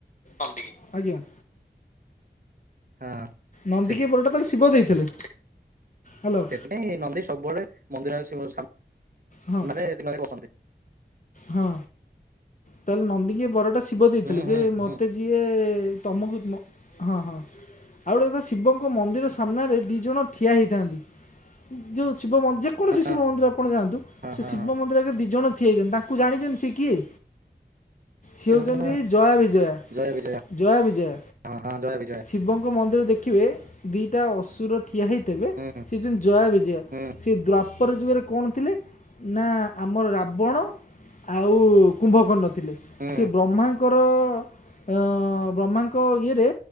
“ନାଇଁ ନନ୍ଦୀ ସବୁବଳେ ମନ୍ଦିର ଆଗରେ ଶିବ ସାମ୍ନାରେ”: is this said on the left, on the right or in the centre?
Right